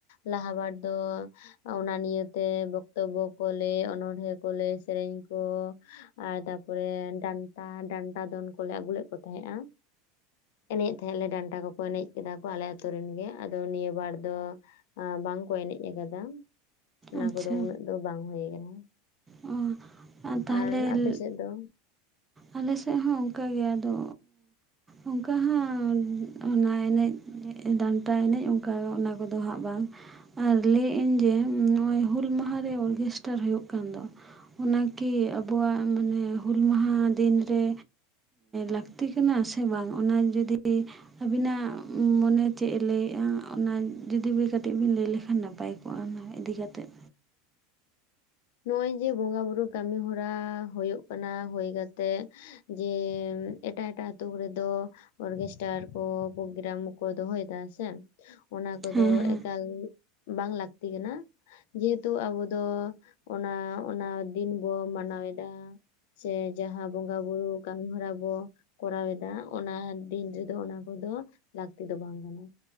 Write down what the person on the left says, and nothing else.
ᱞᱟᱦᱟ ᱵᱟᱨ ᱫᱚ ᱚᱱᱟ ᱱᱤᱭᱟᱹ ᱛᱮ ᱵᱚᱠᱛᱚᱵᱵᱚ ᱠᱚ ᱞᱟᱹᱭ ᱚᱱᱚᱲᱦᱮ ᱠᱚ ᱞᱟᱹᱭ ᱥᱮᱨᱮᱧ ᱠᱚ ᱟᱨ ᱛᱟᱯᱚᱨᱮ ᱰᱟᱱᱴᱟ ᱰᱟᱱᱴᱟ ᱫᱚᱱ ᱠᱚᱞᱮ ᱟᱹᱜᱩ ᱞᱮᱫ ᱠᱚ ᱛᱟᱦᱮᱸᱫᱼᱟ ᱮᱱᱮᱡ ᱛᱟᱦᱮᱸᱫ ᱞᱮ ᱰᱟᱱᱴᱟ ᱠᱚᱠᱚ ᱮᱱᱮᱡ ᱠᱮᱫᱟ ᱠᱚ ᱟᱞᱮ ᱟᱛᱳ ᱨᱮᱱ ᱜᱮ ᱟᱫᱚ ᱱᱤᱭᱟᱹ ᱵᱟᱨ ᱫᱚ ᱟ ᱵᱟᱝ ᱠᱚ ᱮᱱᱮᱡ ᱟᱠᱟᱫᱟ ᱚᱱᱟ
ᱠᱚᱫᱚ ᱩᱱᱟᱹᱜ ᱫᱚ ᱵᱟᱝ ᱦᱳᱭ ᱟᱠᱟᱱᱟ
ᱟᱨ ᱟᱯᱮ ᱥᱮᱫ ᱫᱚ
ᱱᱚᱜ ᱚᱭ ᱡᱮ ᱵᱚᱸᱜᱟ ᱵᱩᱨᱩ ᱠᱟᱹᱢᱤ ᱦᱚᱨᱟ ᱦᱳᱭᱳᱜ ᱠᱟᱱᱟ ᱦᱳᱭ ᱠᱟᱛᱮᱜ ᱡᱮᱹ ᱮᱴᱟᱜ ᱮᱴᱟᱜ ᱟᱛᱳ ᱠᱚᱨᱮ ᱫᱚ ᱚᱨᱜᱮᱥᱴᱟᱨ ᱠᱚ ᱯᱨᱚᱜᱨᱟᱢ ᱠᱚ ᱫᱚᱦᱚᱭᱮᱫᱟ ᱥᱮ ᱚᱱᱟ ᱠᱚᱫᱚ
ᱮᱠᱟᱞ ᱵᱟᱝ ᱞᱟᱠᱛᱤ ᱠᱟᱱᱟ ᱡᱮᱦᱮᱛᱩ ᱟᱵᱚ ᱫᱚ ᱚᱱᱟ ᱚᱱᱟ ᱫᱤᱱ ᱵᱚ ᱢᱟᱱᱟᱣ ᱮᱫᱟ ᱥᱮ ᱡᱟᱦᱟ ᱵᱚᱸᱜᱟ ᱵᱩᱨᱩ ᱠᱟᱢᱤ ᱦᱚᱨᱟ ᱵᱚ ᱠᱚᱨᱟᱣ ᱮᱫᱟ ᱚᱱᱟ ᱫᱤᱱ ᱨᱮᱫᱚ ᱚᱱᱟ ᱠᱚᱫᱚ ᱞᱟᱠᱛᱤ ᱫᱚ ᱵᱟᱝ ᱠᱟᱱᱟ